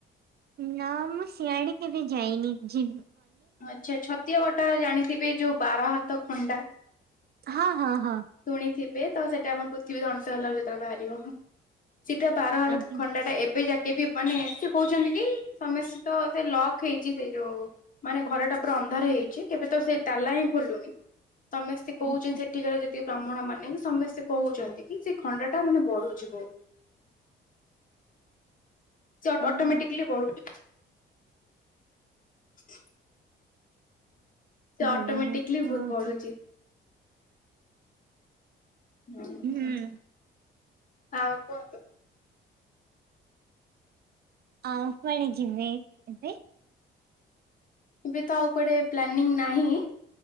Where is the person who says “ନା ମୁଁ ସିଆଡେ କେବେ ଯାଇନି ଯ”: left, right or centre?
Right